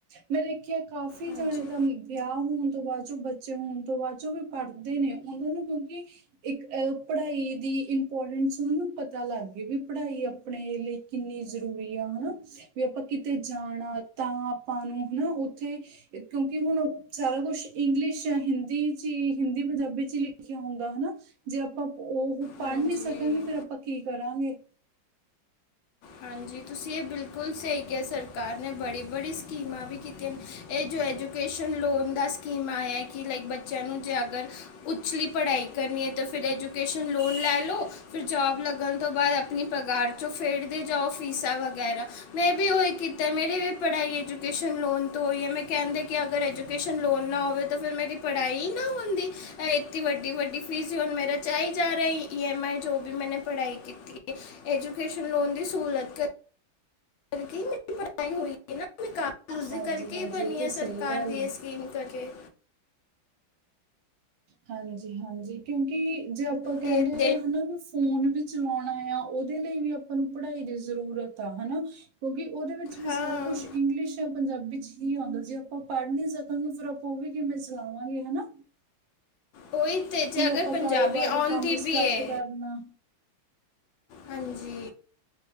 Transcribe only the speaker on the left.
ਹਾਂਜੀ
ਹਾਂਜੀ
ਹਾਂਜੀ, ਤੁਸੀਂ ਇਹ ਬਿਲਕੁਲ ਸਹੀ ਕਿਹਾ ਸਰਕਾਰ ਨੇ, ਬੜੀ-ਬੜੀ ਸਕੀਮਾਂ ਵੀ ਕੀਤੀਆਂ ਨੇ। ਇਹ ਜੋ ਐਜੂਕੇਸ਼ਨ ਲੋਨ ਦਾ ਸਕੀਮ ਆਇਐ, ਕਿ ਲਾਈਕ ਬੱਚਿਆਂ ਨੂੰ ਜੇ ਅਗਰ ਉੱਚਲੀ ਪੜ੍ਹਾਈ ਕਰਨੀ ਏ ਤਾਂ ਫਿਰ ਐਜੂਕੇਸ਼ਨ ਲੋਨ ਲੈ ਲਓ। ਫਿਰ ਜੋਬ ਲੱਗਨ ਤੋਂ ਬਾਦ ਅਪਨੀ ਪਗਾਰ 'ਚੋਂ ਫੇਡਦੇ ਜਾਓ। ਫੀਸਾਂ ਵਗੈਰਾ, ਮੈਂ ਵੀ ਉਈ ਕੀਤਾ ਮੇਰੀ ਵੀ ਪੜ੍ਹਾਈ ਐਜੂਕੇਸ਼ਨ ਲੋਨ ਤੋਂ ਹੋਈ ਏ, ਮੈਂ ਕੈਂਦੀ ਕਿ ਅਗਰ ਐਜੂਕੇਸ਼ਨ ਲੋਨ ਨਾ ਹੋਵੇ ਤਾਂ ਫਿਰ ਮੇਰੀ ਪੜ੍ਹਾਈ ਈ ਨਾ ਹੁੰਦੀ। ਐ ਇਤੀ ਵੱਡੀ-ਵੱਡੀ ਫੀਸ ਜੋ ਹੋਨ, ਮੇਰਾ ਬਚਾਈ ਜਾ ਰਹੀ, ਈ, ਐਮ, ਆਈ, ਜੋ ਵੀ ਮੈਂਨੇ ਪੜ੍ਹਾਈ ਕੀਤੀ ਏ, ਐਜੂਕੇਸ਼ਨ ਲੋਨ ਦੀ ਸਹੂਲਤ। ਕ <unintelligible> ਰਿਕੀ, ਮੇਰੀ ਪੜ੍ਹਾਈ ਹੋਈ। ਨਾ, ਮੈਂ ਕਾਫ ਲੂਜੀ
ਕਰਕੇ
ਈ ਬਨੀ
ਐ ਸਰਕਾਰ
ਦੀ
ਇਹ ਸਕੀਮ ਕਰਕੇ।
ਤੇ ਦੇ
ਹਾਂ
ਉਈ 'ਤੇ, ਜੇ
ਅਗਰ
ਪੰਜਾਬੀ
ਆਂਦੀ
ਵੀ ਏ
ਹਾਂਜੀ।